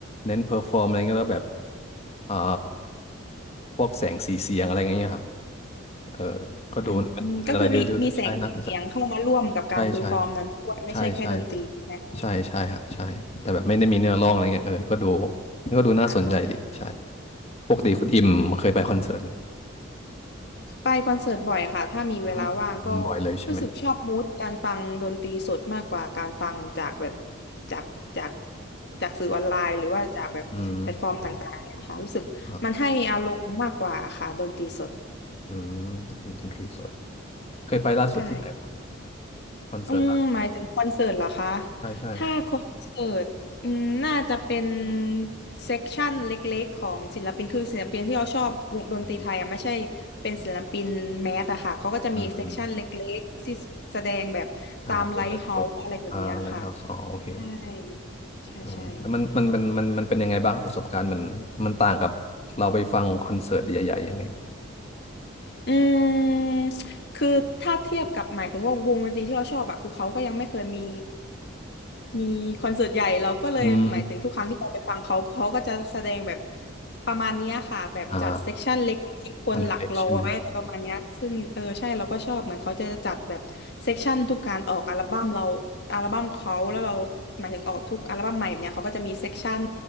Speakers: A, on the left; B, on the left.
A: เน้นเพอร์ฟอร์มอะไรเงี้ยแล้วแบบเอ่อพวกแสงสีเสียงอะไรเงี้ยครับเออก็ดู
B: อืมก็คือมีมีแสงสีเสียงเข้ามาร่วมกับการเพอร์ฟอร์มนั้นด้วยไม่ใช่แค่ดนตรีใช่ไหมคะ
A: เป็นอะไรเดีูดูใช่น่าสนใจใช่ใช่ ใช่ใช่ใช่ใช่ฮะใช่แต่แบบไม่ได้มีเนื้อร้องอะไรเงี้ยเออก็ดูก็ดูน่าสนใจดีใช่
B: ค่ะค่ะค่ะ
A: ปกติคุณอิมเคยไปคอนเสิร์ตไหม
B: ไปคอนเสิร์ตบ่อยค่ะถ้ามีเวลาว่างก็
A: อืมอืมบ่อยเลยใช่ไหม
B: รู้สึกชอบมูดการฟังดนตรีสดมากกว่าการฟังจากแบบจากจากจากสื่อออนไลน์หรือว่าจากแบบแพลตฟอร์มต่างๆเนี่ยค่ะรู้สึกมันให้อารมณ์มากกว่าค่ะดนตรีสด
A: อืมอ่าอืมคุณดนตรีสดเคยไปล่าสุดที่ไหนครับ
B: ใช่
A: คอนเสิร์ตล่าสุด
B: อืมหมายถึงคอนเสิร์ตเหรอคะ
A: ใช่ใช่
B: ถ้าคอนเสิร์ตอืมน่าจะเป็นเซกชันเล็กๆของศิลปินคือศิลปินที่เราชอบวงดนตรีไทยอ่ะไม่ใช่
A: อืม
B: เป็นศิลปินแมสอะค่ะเขาก็จะมีเซกชันเล็กๆที่แสดงแบบตามไลฟ์เฮาส์อะไรแบบเนี้ยค่ะ
A: อืมอมอ่าเป็นแบบก็อ่าไลท์เฮาส์อ๋อโอเค
B: ใช่ใช่ใช่
A: อ่าแล้วมันมันมันมันมันเป็นยังไงบ้างครับประสบการณ์มันมันต่างกับเราไปฟังคอนเสิร์ตใหญ่ๆยังไง
B: อืมคือถ้าเทียบกับหมายถึงว่าวงดนตรีที่เราชอบอะคือเขาก็ยังไม่เคยมีมีคอนเสิร์ตใหญ่เราก็เลยหมายถึงทุกครั้งที่เราไปฟังเขาเขาก็จะแสดงแบบ
A: อืม
B: ประมาณเนี้ยค่ะแบบจัดเซกชันเล็กๆคนหลักร้อยอะไรประมาณเนี้ยซึ่งเออใช่เราก็ชอบเหมือนเขาจะจัดแบบเซกชันทุกการออกอัลบั้มเรา
A: อ่าอันเล็กๆใช่ไหม
B: อัลบั้มเขาแล้วเราหมายถึงออกทุกอัลบั้มใหม่แบบเนี้ยเขาก็จะมีเซกชัน